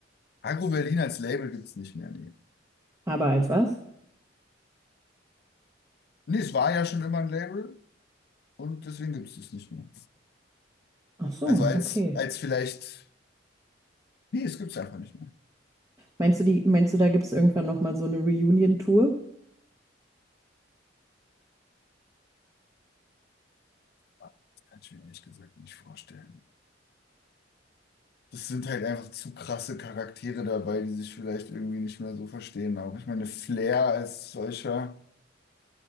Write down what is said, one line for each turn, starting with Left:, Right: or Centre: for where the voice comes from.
Left: Agro Berlin als Label gibt es nicht mehr. Nee.
Right: Aber als was?
Left: nee, es war ja schon immer ein Label und deswegen gibt es es nicht mehr.
Right: Ach so,
Left: Also als,
Right: okay.
Left: als vielleicht, nee, es gibt es einfach nicht mehr.
Right: Meinst du, die, meinst du, da gibt es irgendwann nochmal so eine Reunion-Tour?
Left: Das kann ich mir ehrlich gesagt nicht vorstellen. Das sind halt einfach zu krasse Charaktere dabei, die sich vielleicht irgendwie nicht mehr so verstehen. Auch ich meine, Flair als solcher